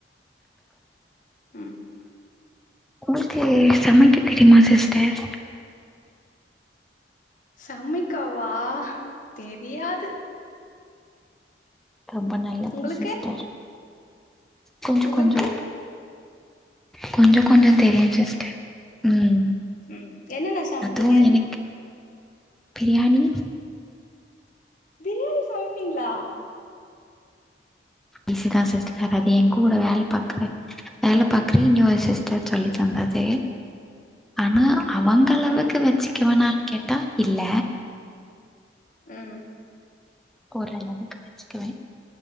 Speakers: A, on the left; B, in the centre.
A: ம்
B: உங்ளுக்கு சமைக்க தெரியுமா சிஸ்டர்
A: சமைக்கவா தெரியாது
B: ரொம்ப நல்லது
A: உங்களுக்கு
B: சிஸ்டர் கொஞ்சோ
A: உங்களுக்கு
B: கொஞ்சோ கொஞ்சோ கொஞ்சோ தெரியு சிஸ்டர் ம்
A: ம் என்னன்ன சமைப்பீங்க
B: அதுவு எனக்கு பிரியாணி
A: பிரியாணி சமைப்பீங்ளா
B: ஈசி தா சிஸ்டர் அது எங்கூட வேல பாக்கற வேல பாக்கற இன்னொரு சிஸ்டர் சொல்லி தந்தாங் அதே ஆனா அவங்களவுக்கு
A: ம்
B: வெச்சகக்கவேனா கேட்டா இல்ல
A: ம்
B: ஓரளவுக்கு வெச்சுக்குவே